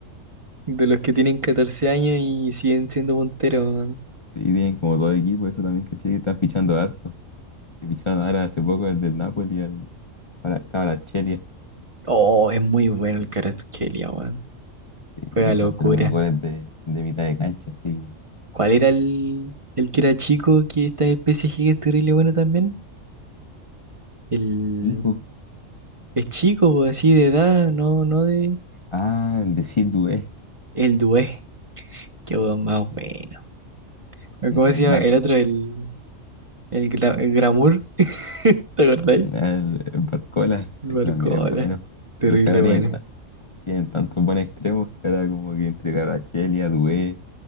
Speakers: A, on the right (about 30°); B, on the left (about 35°).
A: de los que tienen 14 años y siguen siendo punteros, weón.
B: Sí, tienen como dos equipos, eso también caché que están fichando harto. Y ficharon ahora hace poco el del Napoli, el Kvaratskhelia,
A: Oh, es muy bueno el Kvaratskhelia, weón.
B: y
A: Juega locura.
B: va a hacer unos goles de, de mitad de cancha, sí
A: ¿Cuál era el, el que era chico que está en el PSG que es terrible bueno también? El
B: Pico.
A: es chico, po, así de edad, no, no de.
B: Ah, el de Siddué,
A: El Dué, qué weón más bueno. ¿O
B: el
A: ¿Cómo
B: Neymar.
A: se llama? El otro, el, el, Gra- el Gramur, ¿te acordáis?
B: El, el Barcola,
A: El
B: ese
A: Barcola,
B: también es bueno.
A: terrible
B: Pero es que ahora
A: bueno.
B: tienen, ta- Tienen tantos buenos extremos que ahora como que entre Kvaratskhelia, Dubé,